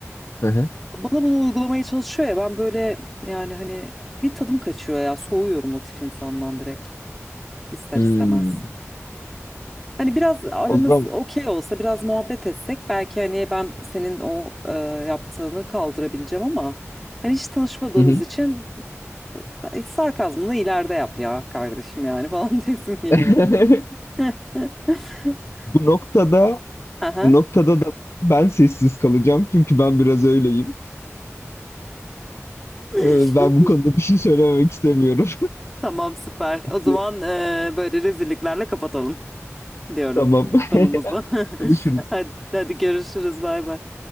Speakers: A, on the left; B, in the centre.
A: hı hı.
B: Bana bunu uygulamaya çalışıyor ya ben böyle yani hani bir tadım kaçıyor ya soğuyorum o tip insandan direkt ister
A: Hmm.
B: istemez. Hani biraz aramız
A: O zaman
B: okey olsa biraz muhabbet etsek belki hani ben senin o e, yaptığını kaldırabileceğim ama hani hiç tanışmadığımız
A: Hı hı.
B: için e, sarkazmını ileride yap ya kardeşim yani falan <laughs> desim geliyor.
A: <laughs>
B: <laughs>
A: bu noktada
B: Aha.
A: bu noktada da ben sessiz kalacağım çünkü ben biraz öyleyim.
B: <laughs>
A: Ee, Ben bu konuda bir şey söylememek istemiyorum.
B: Tamam süper.
A: <laughs>
B: O zaman e, böyle rezilliklerle kapatalım diyorum
A: Tamam. <laughs>
B: konumuzu. <laughs>
A: Konuşuruz.
B: Hadi, hadi görüşürüz bay bay.